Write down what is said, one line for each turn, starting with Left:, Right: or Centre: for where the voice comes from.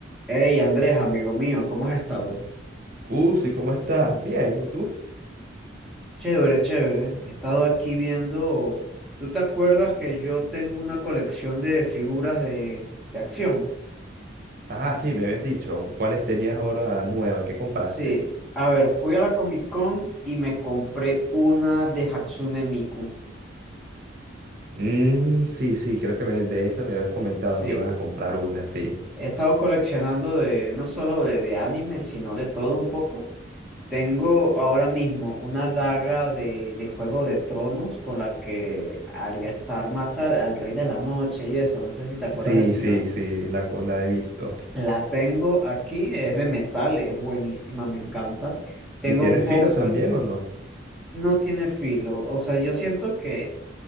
Centre: Hey Andrés, amigo mío, ¿cómo has estado?
Right: Cusi, ¿cómo estás? Bien, ¿y tú?
Centre: Chévere, chévere. He estado aquí viendo. ¿Tú te acuerdas que yo tengo una colección de figuras de, de acción?
Right: Ah, sí, me habías dicho. ¿Cuáles tenías ahora nuevas? ¿Qué compraste?
Centre: Sí. A ver, fui a la Comic Con y me compré una de Hatsune Miku.
Right: Mm, sí, sí, creo que me- de esa me habías comentado
Centre: Sí.
Right: que ibas a comprar una, sí.
Centre: He estado coleccionando de no solo de, de anime, sino de todo un poco. Tengo ahora mismo una daga de, de Juego de Tronos con la que Arya Stark mata al, al Rey de la Noche y eso, no sé si te acuerdas
Right: Sí,
Centre: del final.
Right: sí, sí, la, co- la he visto.
Centre: La tengo aquí, es de metal, es buenísima, me encanta. Tengo
Right: ¿Y tienes
Centre: un póster,
Right: filo también o no?
Centre: no tiene filo, o sea, yo siento que,